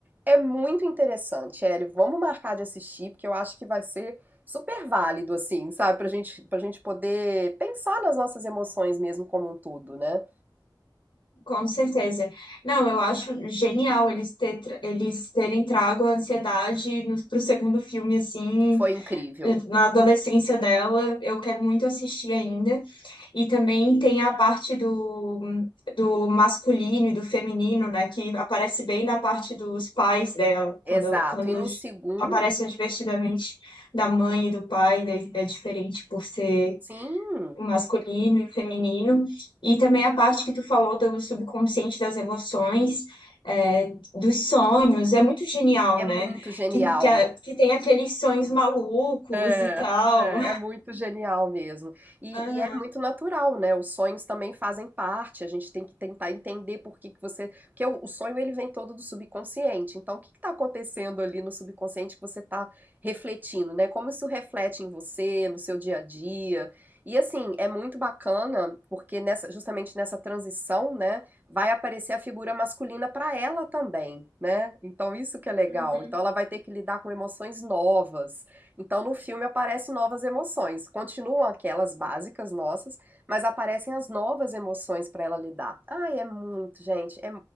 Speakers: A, on the right; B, on the left.
A: É muito interessante, Ellie. Vamos marcar de assistir, porque eu acho que vai ser super válido, assim, sabe? Pra gente, pra gente poder pensar nas nossas emoções mesmo como um todo, né?
B: Com certeza. Não, eu acho genial eles, ter, eles terem trago a ansiedade no- pro segundo filme, assim,
A: Foi incrível.
B: eh, na adolescência dela, eu quero muito assistir ainda. E também tem a parte do, do masculino e do feminino, né, que aparece bem na parte dos pais dela, quando,
A: Exato.
B: quando
A: E no segundo,
B: aparece o divertidamente da mãe e do pai, né, é diferente por ser
A: sim,
B: o masculino e o feminino, e também a parte que tu falou do subconsciente das emoções, é, dos sonhos, é muito genial,
A: é
B: né?
A: muito genial.
B: Que, que, a- que tem aqueles sonhos malucos
A: É,
B: e tal.
A: é, é muito genial mesmo. E,
B: Aham,
A: e é muito natural, né? Os sonhos também fazem parte. A gente tem que tentar entender por que que você. Porque o, o sonho ele vem todo do subconsciente. Então, o que está acontecendo ali no subconsciente que você está refletindo, né? Como isso reflete em você, no seu dia a dia. E assim, é muito bacana, porque nessa, justamente nessa transição, né, vai aparecer a figura masculina para ela também, né? Então isso que é legal.
B: uhum,
A: Então ela vai ter que lidar com emoções novas. Então, no filme aparecem novas emoções. Continuam aquelas básicas nossas, mas aparecem as novas emoções para ela lidar. Ai, é muito, gente. é